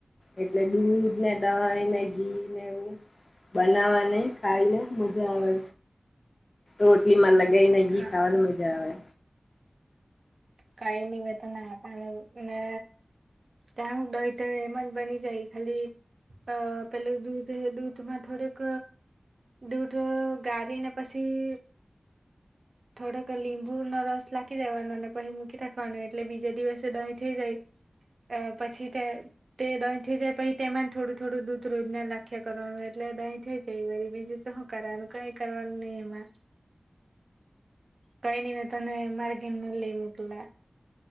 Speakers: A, on the left; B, on the right.
A: એટલે દૂધ ને દહી ને ઘી નેું બનાવાની કલે મજા આવે રોટલીમાં લગાવને ઘી
B: હા
A: ખાવાનું મજા આવે
B: કઈ નહી મેં તો ના પા મેને ત્યાંબહી તો એમ જ બની જાય ખાલી અ પેલું દૂધ દૂધમાં થોડક દૂધ ગારી ને પછી થોડોક લીંબુનો રસ લખી દેવાનો અને પછી મૂકી નાખવાનું એટલે બીજા દિવસે દહીં થઈ જાય પછી તે દોઈ થઈ જાય પછી તેમાં થોડું થોડું દૂધ રોજ ને લખ્યા કરવાનું એટલે હી થઈ જ બીજું તો શું કરવાનું કઈ કરવાનું નહી એમાં કઈ ન મે તને મારેગ લ મકલા